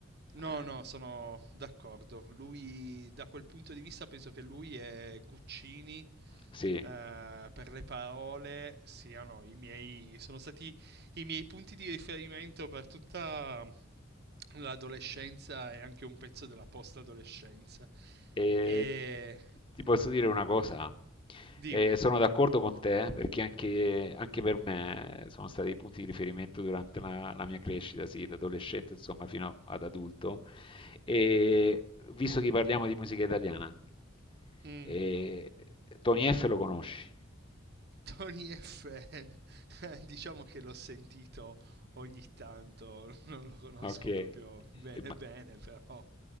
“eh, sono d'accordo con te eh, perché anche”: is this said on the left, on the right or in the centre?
Left